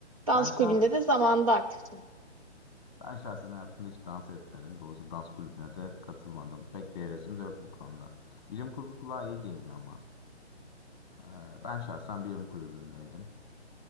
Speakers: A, on the right; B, on the left.
A: Dans
B: Ben şah
A: kulübünde de zamanında aktiftim.
B: ben şahsen hayatımda hiç dans etmedim. Dolayısıyla dans kulübüne de katılmadım. Pek bir hevesim de yok bu konuda. Bilim kurgu kulağa iyi geliyor ama. Ee, Ben şahsen BM kulübündeydim.